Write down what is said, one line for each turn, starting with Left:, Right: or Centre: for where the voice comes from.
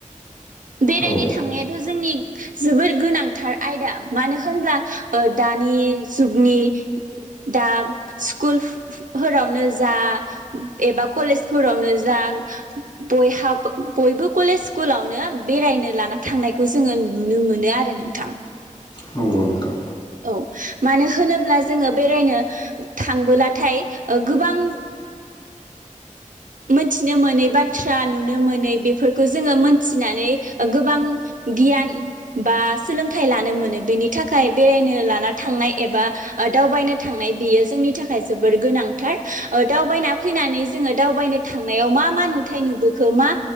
Right: बेरायनो
Left: औ
Right: थांनायाथ जोंनि जोबोर गोनांथार आयदा मानो होनब्ला दानि जुगनि दा स्कुलफोफोरावनो जा एबा कलेजफोरावनो जा बयहा बयबो कलेज स्कुलावनो बेरायनो लाना थांनायखौ जोङो नुनो मोनो आरो नोंथां।
Left: नंगौ नोंथां
Right: औ मानो होनोब्ला जोङो बेरायनो थांबोलाथाय ओ गोबां मोनथिनो मोनै बाथ्रा नुनो मोनै बेफोरखौ जोङो मोनथिनानै गोबां गियान बा सोलोंथाइ लानो मोनो बेनि थाखाय बेरायनो लाना थांनाय एबा दावबायनो थांनाय बियो जोंनि थाखाय जोबोर गोनांथार दावबायना फैनानै जोङो दावबायनो थांनायाव मा मा नुथाय नुबोखो मा